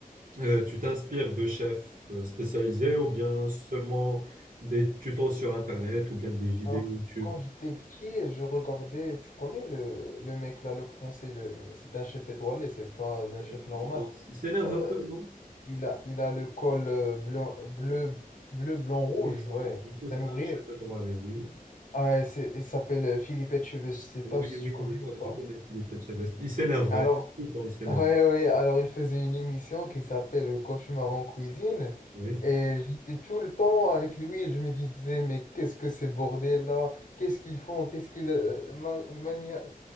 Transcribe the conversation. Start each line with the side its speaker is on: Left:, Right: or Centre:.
Right: Euh, tu t'inspires de chefs euh, spécialisés ou bien seulement des tutos sur Internet ou bien des vidéos
Left: Alors
Right: YouTube?
Left: quand j'étais petit, je regardais, tu connais le, le mec là, le français, le c'est un chef étoilé, c'est pas un
Right: Euh,
Left: chef normal.
Right: Je pense, il s'énerve
Left: Euh,
Right: un peu, non?
Left: il a il a le col euh, blanc- bleu bleu blanc
Right: Oui,
Left: rouge,
Right: c'est-
Left: ouais,
Right: du
Left: c'est
Right: coup, c'est
Left: un ouvrier.
Right: un chef étoilé, oui.
Left: Ouais, c'est- il s'appelle euh, Philippe Etchebest, je sais
Right: Oui,
Left: pas si
Right: oui,
Left: tu connais
Right: je, co-
Left: ou pas.
Right: je connais Philippe Etchebest. Il s'énerve,
Left: Alors,
Right: euh, tout le temps
Left: <laughs>
Right: il s'énerve.
Left: ouais, ouais, alors il faisait une émission qui s'appelle euh, Cauchemar en cuisine.
Right: Oui.
Left: Et j'étais tout le temps avec lui, et je me disais, mais qu'est-ce que ces bordels là? Qu'est-ce qu'ils font? Qu'est-ce qu'ils euh, ma- mania-